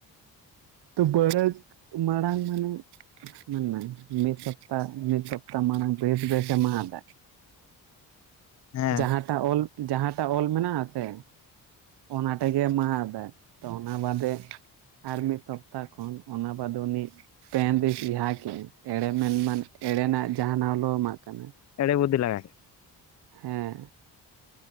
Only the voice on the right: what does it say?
ᱛᱚ ᱵᱟᱹᱲ ᱢᱟᱲᱟᱝ ᱢᱟᱱᱮ ᱢᱤᱫ ᱥᱚᱯᱛᱟ ᱢᱤᱫ ᱥᱚᱯᱛᱟ ᱢᱟᱲᱟᱝ ᱵᱮᱥ ᱵᱮᱥ ᱮᱢᱟᱫᱟ
ᱡᱟᱦᱟᱸᱴᱟᱜ ᱚᱞ ᱡᱟᱦᱟᱸᱴᱟᱜ ᱚᱞ ᱢᱮᱱᱟᱜ ᱟ ᱥᱮ ᱚᱱᱟ ᱴᱟᱜ ᱜᱮ ᱢᱟᱫ ᱛᱚ ᱚᱱᱟ ᱵᱟᱫᱮ ᱟᱨ ᱢᱤᱫ ᱥᱚᱯᱛᱟ ᱠᱷᱚᱱ ᱚᱱᱟ ᱵᱟᱫᱮ ᱩᱱᱤ ᱯᱮ ᱫᱤᱥᱤᱥ ᱡᱟᱦᱟᱸᱦᱟ ᱠᱮᱜᱟᱭ ᱮᱲᱮ ᱢᱮᱱᱢᱟᱱ ᱮᱲᱮᱱᱟᱜ ᱡᱟᱦᱟᱸᱱᱟᱜᱞᱚ ᱮᱢᱟᱜ ᱠᱟᱱᱟ
ᱦᱮᱸ